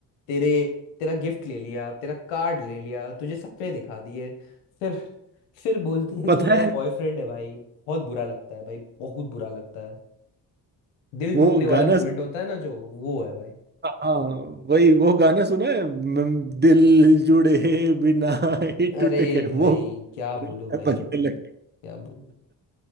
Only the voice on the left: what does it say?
तेरे तेरा गिफ्ट ले लिया तेरा कार्ड ले लिया तुझे सपने दिखा दिए फिर फिर बोलती है
कि मेरा
बॉयफ्रेंड है भाई बहुत बुरा लगता है भाई बहुत बुरा लगता है दिल टूटने
वाला
मोमेंट
होता है ना जो वो है भाई
अरे
भाई
क्या बोलूं भाई
क्या बोलूं